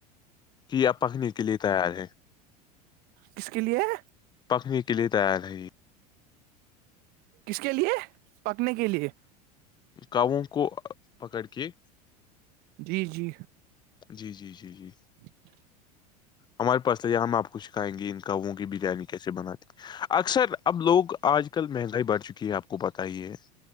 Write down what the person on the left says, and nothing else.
کہ پکنے کے لیے تیار ہے
پکنے کے لیے تیار ہے یہ
کاووں کو پکڑ کے
جی جی جی جی
ہمارے پاس تھا یا ہم آپ کو سکھائیں گے ان کوں کی بریانی کیسے بناات اکثر اب لوگ آج کل مہنگائی بڑھتی چکی ہے آپ کو بتائیے